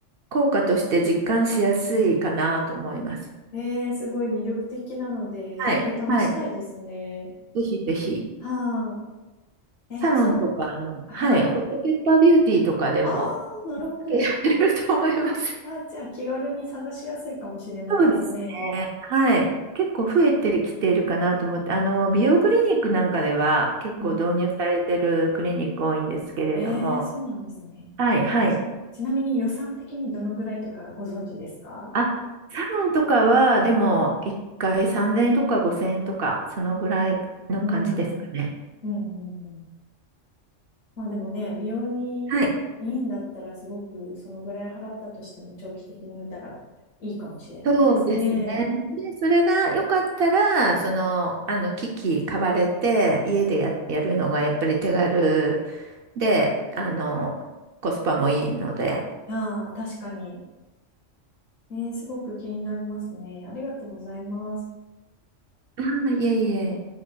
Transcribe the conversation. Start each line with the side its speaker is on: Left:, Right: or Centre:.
Right: 効果として実感しやすいかなと思います。
Left: ん。ええすごい魅力的なので、
Right: はい。
Left: ぜひ試したいですね。
Right: はい。ぜひぜひ。
Left: はあ。え、
Right: サロンとか、
Left: そのほ、
Right: あの、
Left: はい。
Right: はい。ホットペッパービューティーとかでも、
Left: ああ、なるほど。
Right: やってると思います。
Left: あ、じゃあ気軽に探しやすいかもしれないですね。
Right: そうですね。はい。結構増えてきているかなと思って、あの、美容クリニックなんかでは結構導入されてるクリニック多いんですけれども、
Left: うんうん。ええそうなんですね。
Right: はい、はい。
Left: ちちなみに予算的にどのぐらいとかご存知ですか
Right: あ、サロンとかは、でも、一回3000円とか5000円とか、そのぐらいの感じですかね。
Left: うん。うんうんうん。まあでもね、美容にいいんだったらすごくそのぐらい払ったとしても長期的に見たらいいかもしれないですね。
Right: はい。そうですね。で、それが良かったら、その、あの、機器買われて、家でや、やるのがやっぱり手軽で、あの、コスパもいいので、
Left: ああ、確かに。えーすごく気になりますね。ありがとうございます。
Right: ああ、いえいえ。